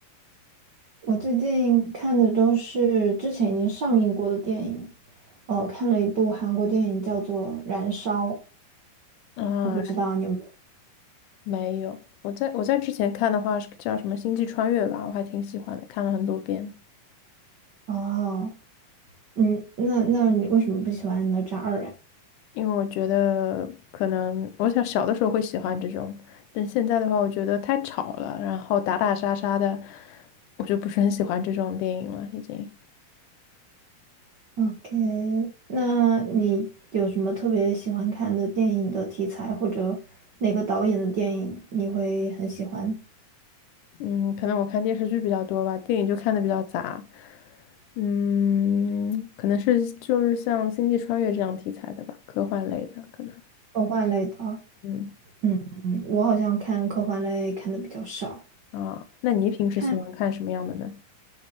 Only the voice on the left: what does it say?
啊，
没有。我在我在之前看的话是叫什么《星际穿越》吧，我还挺喜欢的，看了很多遍。
因为我觉得可能我想小的时候会喜欢这种，但现在的话，我觉得太吵了，然后打打杀杀的，我就不是很喜欢这种电影了，已经。
嗯，可能我看电视剧比较多吧，电影就看的比较杂。嗯，可能是就是像《星际穿越》这样题材的吧，科幻类的可能。
嗯
啊，那你平时喜欢看什么样的呢？